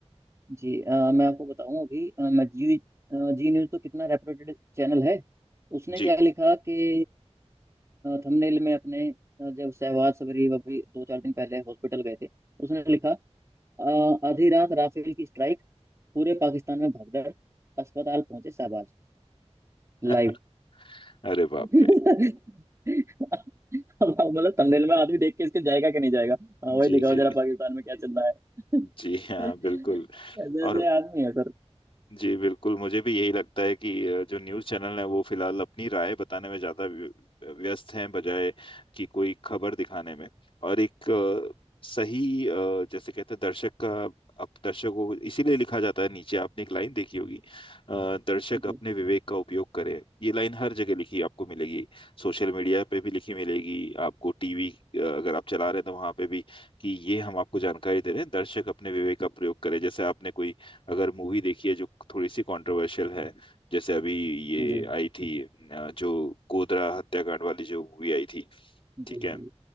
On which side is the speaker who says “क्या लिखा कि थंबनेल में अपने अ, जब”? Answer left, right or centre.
Right